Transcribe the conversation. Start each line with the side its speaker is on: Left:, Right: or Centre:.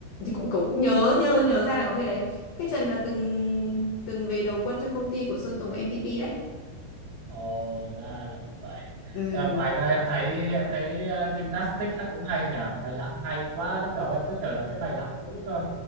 Left: thì cũng cậu cũng nhớ nhớ nhớ ra là có người đấy cái Trần là từng từng về đầu quân cho công ty của Sơn Tùng MTP đấy
Right: Ồ ra là vậy.
Left: ừ
Right: Em, ngoài ra em thấy em thấy ờ, gymnastics hát cũng hay nhở, bài lặng hay quá. Lúc đầu em cứ tưởng là cái bài lặng cũ cơ.